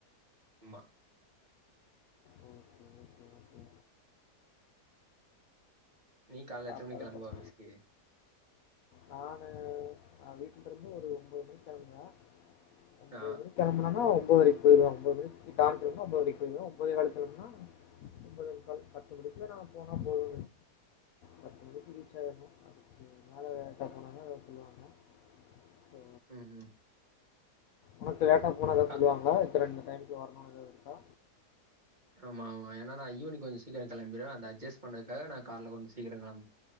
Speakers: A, on the right (about 25°); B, on the left (about 70°).
A: ம்மா
B: ஓகே, ஓகே, ஓகே.
A: நீ கால்ல எத்தன
B: அப்
A: மணிக்
B: அதுக்கப்
A: கெளம்புவ ஆஃபீஸ்க்கு
B: நானு நா வீட்லருந்து ஒரு ஒம்போது மணிக் கெளம்புவ ஒம்போது
A: ஆ
B: கெம்பனனா ஒம்பதரைக்கி போயிருவ ஒம்போது <inaudible> ஒம்பதுரைக்கி போயிருவே ஒம்போதே கால்கு கெளம்புனா ஒம்போதே முக்கால் பத்து மணிக்குல நா போனா போது பத்து மணிக்கு ரீச் ஆயிட்னு அதுக்கு மேல லேட்டா போனாக்க எதாவது சொல்லுவாங்க சோ
A: ம் ம்
B: உனக்கு லேட்டா போனா எதாவது
A: கா
B: சொல்லுவாங்களா இத்தன இந்த டைம்க்குள்ள வரணுன்னு எதாவது இருக்கா
A: ஆமா ஆமா ஏனா நா ஈவ்னிங் கொஞ்சோ சீக்கிரோ கெளம்பிருவே அந்த அட்ஜஸ் பண்ணதுக்காக நா கால்ல கொஞ்சோ சீக்கிரோ கெளம்